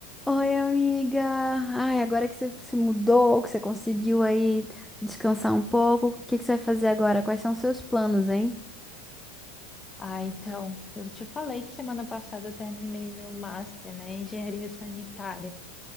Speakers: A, in the centre; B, on the left (about 20°).
A: Oi, amiga. Ai, agora que você se mudou, que você conseguiu aí descansar um pouco, o que que você vai fazer agora? Quais são os seus planos, hein?
B: Ah, então, eu te falei que semana passada eu terminei meu master, né, em engenharia sanitária. <laughs>